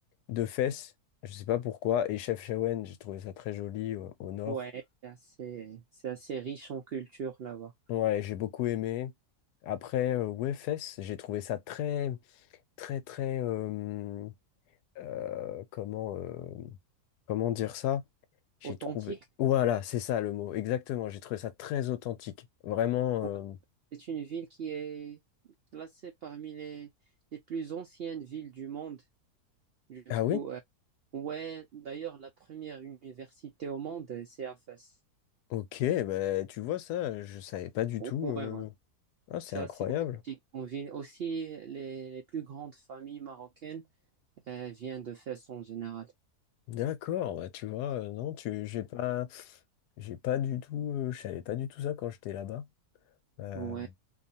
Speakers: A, on the left; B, on the right.
A: de Fès. Je sais pas pourquoi. Et Chefchaouen, j'ai trouvé ça très joli euh, au nord.
B: Ouais, c'est assez, c'est assez riche en culture là-bas.
A: Ouais, j'ai beaucoup aimé. Après, euh, ouais, Fess, j'ai trouvé ça très, très, très, euh, euh, comment, euh, comment dire ça? J'ai
B: Authentique?
A: trouvé. Voilà, c'est ça le mot, exactement. J'ai trouvé ça très authentique. Vraiment.
B: Ouais,
A: euh,
B: c'est une ville qui est classée parmi les, les plus anciennes villes du monde. Du
A: Ah
B: coup,
A: oui?
B: euh, ouais, d'ailleurs, la première université au monde, euh, c'est à Fès.
A: Ok, bah, tu vois ça, je savais pas du
B: Ouais,
A: tout. euh,
B: ouais.
A: Ah, c'est
B: C'est
A: incroyable.
B: assez authentique. On vit aussi les, les plus grandes familles marocaines euh, viennent de Fès en général.
A: D'accord, bah, tu vois, euh, non, tu, j'ai pas, j'ai pas du tout, euh, je savais pas du tout ça quand j'étais là-bas. Euh,
B: Ouais.